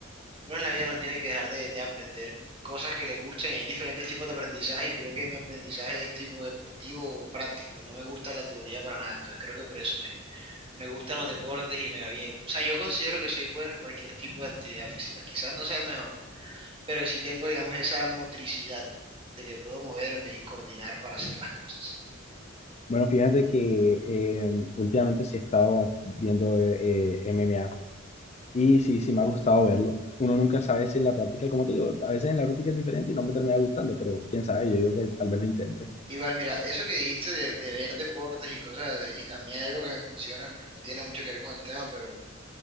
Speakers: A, on the right; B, on the left.
A: uno en la vida no tiene que dejar de, de aprender cosas que le gustan y hay diferentes tipos de aprendizaje y creo que mi aprendizaje es tipo deportivo o práctico. No me gusta la teoría para nada. Entonces creo que por eso me, me gustan los deportes y me va bien. O sea, yo considero que soy bueno en cualquier tipo de actividad física. Quizás no sea el mejor pero sí tengo, digamos, esa motricidad de que puedo moverme y coordinar para hacer las cosas.
B: Bueno, fíjate que eh, últimamente sí he estado viendo eh, MMA y sí, sí me ha gustado verlo. Uno nunca sabe si en la práctica, como te digo, a veces en la práctica es diferente y no me termina gustando, pero quién sabe, yo digo que tal vez lo intente.
A: Igual, mira, eso que dijiste de, de ver deportes y cosas así, a mí hay algo que me funciona, pues no tiene mucho que ver con el tema, pero